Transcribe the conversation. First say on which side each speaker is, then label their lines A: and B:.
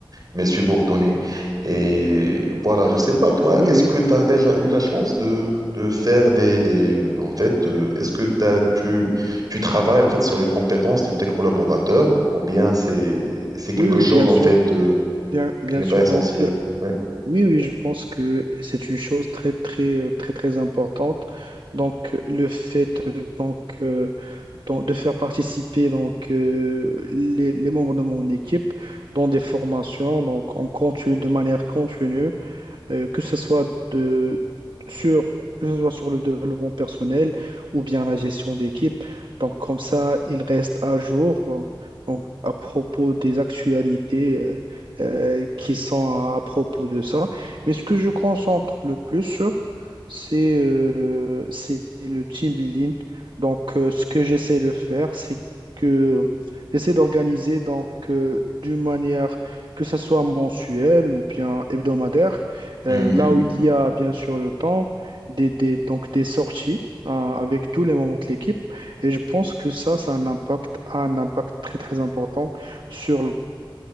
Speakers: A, on the right; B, on the right.
A: mes subordonnés. Et voilà, je sais pas, toi,
B: oui,
A: est-ce
B: oui,
A: que tu as déjà eu la chance de, de faire des, des euh, en fait, euh, est-ce que t'as, tu, tu travailles en fait sur les compétences de tes collaborateurs ou bien c'est, c'est quelque
B: oui, oui,
A: chose
B: bien
A: en
B: sûr,
A: fait de
B: bien, bien
A: qui n'est
B: sûr.
A: pas essentiel.
B: Donc
A: Ouais.
B: Oui, oui, je pense que c'est une chose très, très, euh, très, très importante. Donc, euh, le fait euh, donc, euh, donc, de faire participer donc, euh, les, les membres de mon équipe dans des formations, donc on continue de manière continue euh, que ce soit de, sur, que ce soit sur le développement personnel ou bien la gestion d'équipe. Donc, comme ça, il reste à jour euh, en- à propos des actualités euh, euh, qui sont à, à propos de ça. Mais ce que je concentre le plus sur, c'est euh, c'est le team building. Donc, euh, ce que j'essaie de faire, c'est que j'essaie d'organiser donc euh, d'une manière que ça soit mensuelle ou bien hebdomadaire
A: Mhm.
B: euh, là où il y a bien sûr le temps, des, des- donc des sorties euh, avec tous les membres de l'équipe. Et je pense que ça, ça a un impact, a un impact très très important sur la,